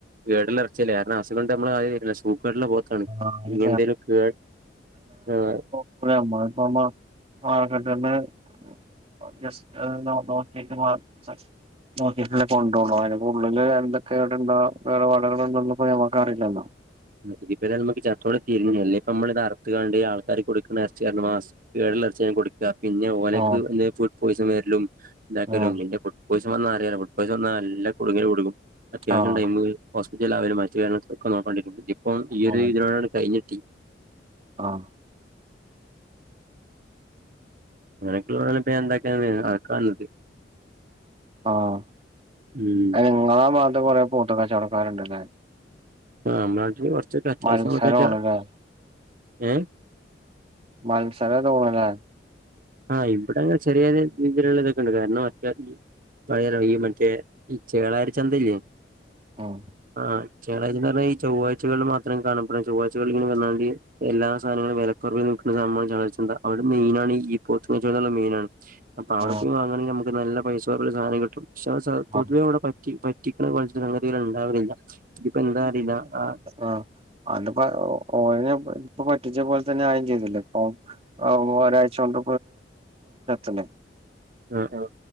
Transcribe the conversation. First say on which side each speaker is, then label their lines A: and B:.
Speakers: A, on the right (about 50°); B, on the right (about 35°).
A: കേടില്ലേ അർച്ചില്ലെ കാരണസ് ത്കൊണ്ട് ന്നമ്മളായില്ല സൂകേടുള്ള പോത്താണ്
B: ആഹ്
A: ഇങ്ങന്തെലും കേട് ആഹ്
B: <unintelligible> ഇപ്പ മാ <unintelligible> ഒന്ന് ജെസ്റ്റ് ഹ് നോ നോക്കീട്ട് ബ സസ് നോക്കീട്ടല്ലേ കൊണ്ടോണ് അയ്ന്പ്പോ ഉള്ളില് എന്തൊക്കെവിടെണ്ടോ വേറെ കേട്പാട് ഉണ്ടോന്ന്പ്പോ ഞമ്മക്ക് അറീലല്ലോ.
A: ഇതിപ്പോ അമ്മക്ക് ചത്തോടെ തീർന്നു അല്ലേപ്പോ അമ്മളിത് അർത്ത്കാണ്ട് ആൾക്കാർ കൊടുക്ക്ണ അർച്ചിന്ന്മാസ് കേട്ള്ളർച്ചിയാണ് കൊട്ക്ക പിന്നെ ഓലെക്ക്
B: ആഹ്
A: ഫുഡ് പോയിസൺ വെരെലും ഇണ്ടാക്കലും
B: ആഹ്
A: പിന്നെഫു പൊയ്സംവെന്നാ അറിയാലോ ഫുഡ്‌പൊയ്‌സംവന്ന ന്നല്ലെ കുടുങ്ങല് കൊടുങ്ങും അത്യാവിശം
B: ആഹ്
A: ടൈമ് ഹോസ്പിറ്റല് ആവലും മറ്റു കാര്യൊക്കെ ഒക്കെനോക്കേണ്ടിവെരും ഇതിപ്പോ ഈ
B: ആഹ്
A: ഒര് ഇതിനോട് കയ്ഞ്ഞിട്ടി
B: ആഹ്
A: അങ്ങനൊക്കെ ഇള്ളതൊക്കെ ഞാൻ ഇണ്ടാക്കാനേ അത് കണ്ട്
B: ആഹ്
A: ഉം
B: അയ്ന് ഇങ്ങളാബാത്ത്കൂടെ കൊറെ പോത്ത് കച്ചോടക്കാരുണ്ട്ലെ?
A: ആഹ് അമ്മളെ കൊറച്ചൊക്കെ അത്യാവിശ്യ
B: മത്സരാണ്ല്ലേ
A: പോത്ത്കച്ചോടം ഏഹ്
B: മത്സരാ തോന്ന്ണ്ലെ?
A: ആഹ് ഇബിടങ്ങെ ചെറിയഒരു രീതിയിലുള്ള ഇതൊക്കെ ഇണ്ട് കാരണം അത്യാവിശ പയരെ ഈ മറ്റേ ഈ ചേളാരി ചന്തല്ലേ?
B: ഉം
A: ആഹ് ചേളാരി ചന്തർഞ്ഞ ഈ ചൊവ്ഴ്ചകളിൽ മാത്രം കാണപ്പെടുന്ന ചൊവ്വാ്ചകളിൽ ഇങ്ങവന്നാണ്ട് എല്ലാ സാധനങ്ങളും വെലക്കൊറവിൽ വിക്ക്ണ <unintelligible> ന്താ അവടെ മൈനാണ് ഈ പോത്ത് <unintelligible> ആണ് മെയ്നാണേ അപ്പൊ അവടെപോവാങ്ങണെങ്കി
B: ആഹ്
A: അമ്മക്ക് നല്ല പൈസൊറവ്ല് സാനം കിട്ടും <unintelligible>
B: ആഹ്
A: റ്റി പറ്റിക്ണകൊൽതില് സങ്ങതി ഇണ്ടാവലില്ല ഇതിപ്പോന്താ അറില്ല ആ
B: ആ് അത്പ്പോ ഓനെ ഇപ് ഇപ്പ പറ്റിച്ച പോൽതന്നെ ആയിം ചെയ്തല്ലോ ഇപ്പൊ അ ഒരാഴ്ച്ചോണ്ട് <unintelligible>
A: ആ. ആ്